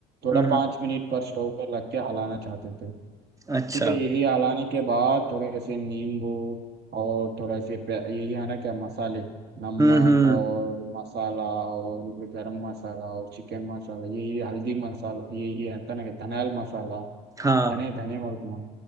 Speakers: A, on the right; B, on the right.
A: थोड़ा
B: हम्म
A: पाँच मिनट पर स्टोव पर लग के हलाना चाहते थे
B: अच्छा
A: ठीक है यही हलाने के बाद थोड़े से नींबू और थोड़े से प्या- यही आना क्या मसाले नमक
B: हम्म हम्म
A: और मसाला और गरम मसाला और चिकन मसाला यही हल्दी मसाला यही है तना के धनियाल मसाला
B: हाँ
A: धने धने मुर्क